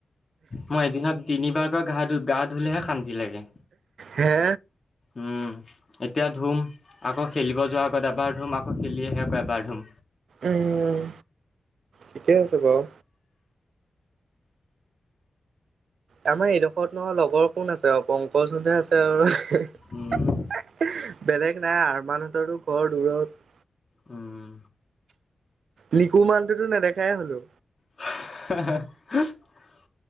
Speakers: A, on the left; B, on the right.
A: মই এদিনত তিনিবাৰ গা-গা ধুলেহে শান্তি লাগে,
B: হে
A: উম। এতিয়া ধুম, আকৌ খেলিব যোৱাৰ আগত এবাৰ ধুম, আকৌ খেলি আহি আকৌ এবাৰ ধুম।
B: উম, ঠিকেই আছে বাৰু। আমাৰ এইডোখৰতনো লগৰ কোন আছে আৰু, পংকজহঁতহে আছে আৰু
A: উম,
B: বেলেগ নাই, আৰমানহঁতৰো ঘৰ দূৰত।
A: উম।
B: নিকু মানুহটোতো নেদেখাই হ'লো।
A: <unintelligible>